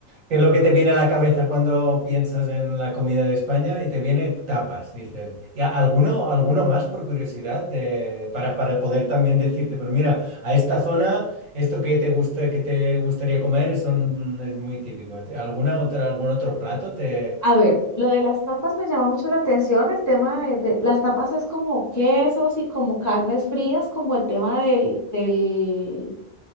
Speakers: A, on the right; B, on the left.
A: qué es lo que te viene a la cabeza cuando piensas en la comida de España y te viene tapas, dices. ¿Y a- alguno, alguno más por curiosidad de- para, para poder también decirte, pues mira, a esta zona esto que te gusta, que te gustaría comer son, es muy típico. ¿Alguna otra, algún otro plato te
B: A ver, lo de las tapas me llama mucho la atención. El tema de, de- las tapas es como quesos y como carnes frías, como el tema del, del,